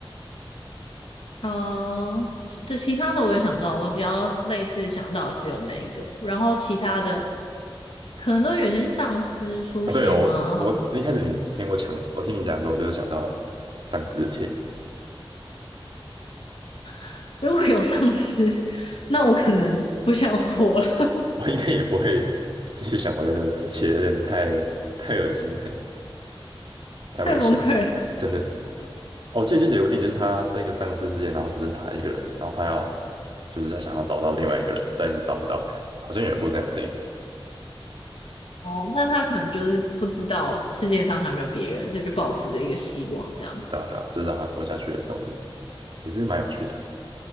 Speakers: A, on the left (about 75°); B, on the right (about 60°).
A: 嗯，其这其他的我也想不到，我比较类似想到只有那一个，然后其他的可能都有些丧尸出现吗？
B: 啊，对哦，我我一开始你听我讲，我听你讲的时候，我就是想到丧尸片，
A: <laughs> 如果有丧尸，<laughs> 那我可能不想活了，
B: 我应该也不会继续想活在这个世界，有点太太恶心了，
A: <laughs>
B: 太危险了真的。
A: 太崩溃了。
B: 哦，借有解电影，就是他在一个丧尸世界，然后只剩他一个人，然后他要就是他想要找到另外一个人，但是找不到，好像有一部这样的电影，
A: 哦，那他可能就是不知道世界上还有没有别人，所以就保持着一个希望，这样。
B: 对啊对啊，就是让他活下去的动力，也是蛮有趣的。